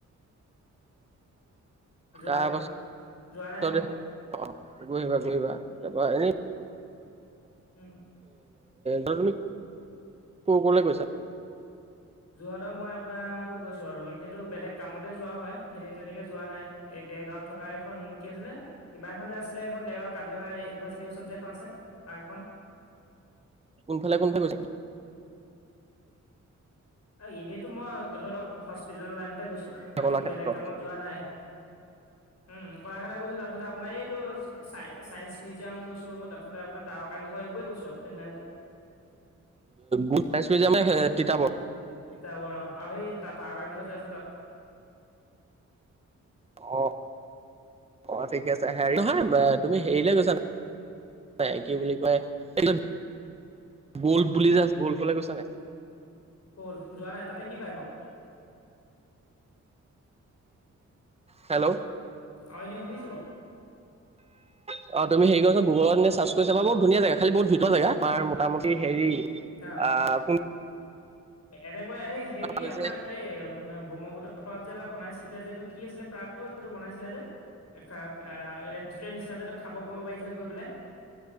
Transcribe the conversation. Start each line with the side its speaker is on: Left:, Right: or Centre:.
Left: যোৱা
Right: তাৰ
Left: নাই
Right: পাছ
Left: যোৱা নাই
Right: অ',
Left: মই
Right: গৈ আহিবা
Left: সেইটো
Right: গৈ আহিবা তাৰপা এনেই
Left: উম।
Right: তুমি ক' ক'ৰলে গৈছা?
Left: যোৰহাটৰ মই আপোনাৰ ক'ত গৈছো আৰু এনেইতো বেলেগ কামতে যোৱা হয় এনেই তেনেকে যোৱা নাই। এই দেৰগাঁৱত থকা এইখন কি আছিলে? কিবা এখন যে আছিলে এইখন ডেগাঁওৰ কাজিৰঙা ইউনিভাৰ্চিটিৰ ওচৰত যে এখন আছে পাৰ্ক এখন।
Right: কোনফালে কোনফালে গৈছে?
Left: এনেইতো মই ধৰক হস্পিতেল লাইনতে গৈছো। বাকী
Right: কলাক্ষেত্ৰ
Left: বেলেগ কামত যোৱা নাই উম কলাক্ষেত্ৰ গৈছো তাৰপিছত মানে এইটো চা ছাইন্স মিউজিয়াম গৈছো তাৰপিছত আপোনাৰ তাৰকা গৃহৰ এইবোৰে গৈছো আ বলেগ নাই যোৱা।
Right: গোট মিজামে তিতাবৰ
Left: তিতাবৰ আৰু সেই তাৰাকাগৃহ যে আছে তাত।
Right: অ অ ঠিকে আছে হেৰি নহয় তুমি হেৰিলে গৈছা ন নাই কি বুলি কয় এই গল্ফ বুলি যে আছে গল্ফলৈ গৈছা নাই?
Left: গল্ফ যোৱা নাই তাতে কি পাই বাও?
Right: হেল্ল,
Left: অ', এনে শুনিছো বাৰু।
Right: অ তুমি হেৰি কৰা চোন গগুলত চাৰ্চ কৰি চাবা চোন ধুনীয়া জেগা খালি বহুত ভিতৰোৱা জেগা তাৰ মোটামুটি হেৰি
Left: অ
Right: আ কুন
Left: এনেকুৱা এ হেৰি
Right: হৈছে
Left: আপোনাৰ এই ব্ৰহ্মপুত্ৰৰ পাৰত যে এটা বনাইছিলে যে এইটো কি আছিলে প্ৰাগটো এইটো বনাইছিলে যে ৰেষ্টুৰেণ্ট নিচিনা যে খাব ক'ব পাৰিছে গৈ পেলাই।